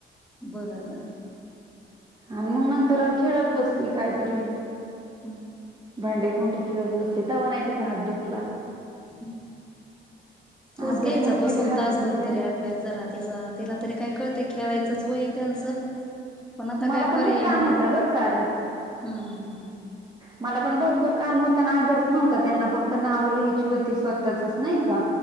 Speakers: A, in the centre; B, on the right (about 20°).
A: बघा आता.
B: आणि मग नंतर खेळत बसली काहीतरी
A: हम्म.
B: भांडे कुंडे खेळत बसली तवा नाय तिचा हात दुखला
A: हम्म. तूच
B: अभ्यास
A: घ्यायचा
B: म्हंटलं
A: बसून
B: की हात
A: तासभर
B: दुखतोय
A: तरी अभ्यास जरा तिचा तिला तरी काय कळतं खेळायचंच वय त्यांचं पण आता
B: मला
A: काय
B: पण
A: पर्याय
B: ते काम
A: नाही.
B: होत ग काल
A: हम्म हम्म.
B: मला पण भरपूर काम होताना अभ्यास नव्हता त्यांना फक्त नावं लिहायची होती स्वतःचच नाही का